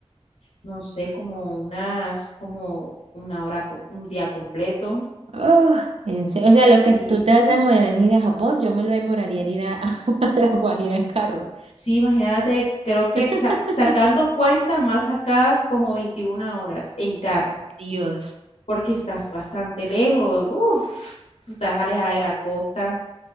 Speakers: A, on the left (about 70°); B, on the right (about 65°).
A: no sé, como unas, como una hora, co- un día completo.
B: Ah, en se- o sea, lo que
A: Sí.
B: tú te vas a demorar en ir a Japón, yo me lo demoraría en ir a, <laughs> a La Guajira en carro.
A: Sí, imagínate, creo que,
B: <laughs>
A: o sea, sacando cuentas mal sacadas como 21 horas en carro,
B: Dios.
A: porque estás bastante lejos, uff, tú estás alejada de la costa.